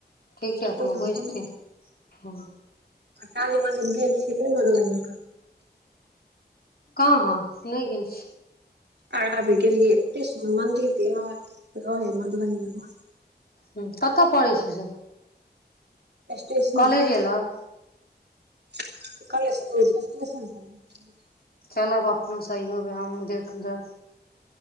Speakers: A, on the left; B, on the right.
A: ठीक छै
B: चलू
A: अपन
B: तहन
A: बैसते
B: कोन
A: हँ
B: काली मन्दिर गेल छियै कि मधुबनी?
A: कहाँ नहि गेल छै।
B: आइ भाभी गेलियै एते सुन्दर मन्दिर जे रहे मधुबनीमें
A: हूँ, कतय पड़ै छै से?
B: स्टेशन लंग
A: कॉलेजे लग
B: कलेशस <unintelligible>
A: चलब अपनो सहियो मे हमहुँ देख लेब